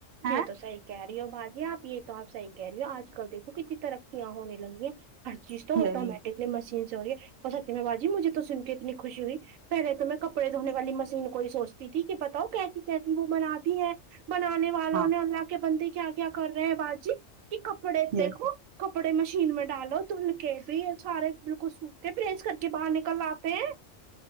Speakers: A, on the right (about 80°); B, on the right (about 60°).
A: یہ
B: ہیں
A: تو صحیح کہہ رہی ہو باجی آپ یہ تو آپ صحی کہہ رہی ہو آج کل دیکھو کتنی ترقیاں ہونے لگی ہیں ہر چیز تو
B: یہی
A: آٹومیٹکلی مشین سے ہوی ہے اور سیہ میں باجی مجھے تو سن کے اتنی خوشی ہوئی پہلے تو میں کپڑے دھونے والی مشین کو ہی سوچتی تھی کہ بتاؤ کیسی کیسی وہ بناتی ہیں بنانے والوں
B: ہاں
A: نے اللہ کے بندے کیا کیا کر رہے ہیں باجی کہ کپڑے
B: یہ
A: دیکھو کپڑے مشین میں ڈالو دھل کے بھی سارے بال کو سوکھتے پریس کر کے باہر نکل لاتے ہیں